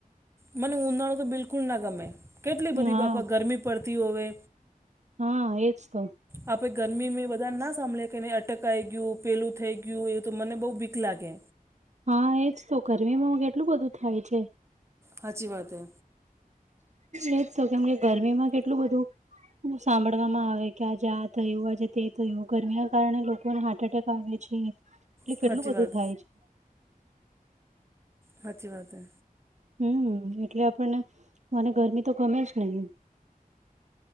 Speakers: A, on the right; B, on the right.
A: મને ઉનાળો તો બિલકુલ ના ગમે કેટલી બધી
B: હા
A: બાપા ગરમી પડતી હોવે.
B: હા એ જ તો,
A: આપે ગરમી મે બધા ના સાંભળી મે હક ટકાઈ ગયું પેલું થઈ ગયું એ તો મને બહુ બીક લાગે.
B: હા એજ તો ગરમીમાં આવુ કેટલું બધું થાય છે.?
A: હાચી વાત હે.
B: એજ તો કેમ કે ગરમીમાં કેટલું બધું એવું સાંભળવામાં આવે કે આજ આ થયું આજે તે થયું ગરમીના કારણે લોકોને હાર્ટ એટેક આવે છે એટલે
A: સાચી
B: કેટલું બધું
A: વાત
B: થાય છે.?
A: સાચી વાત હે.
B: હમ એટલે આપણને મને ગરમી તો ગમે જ નઈ.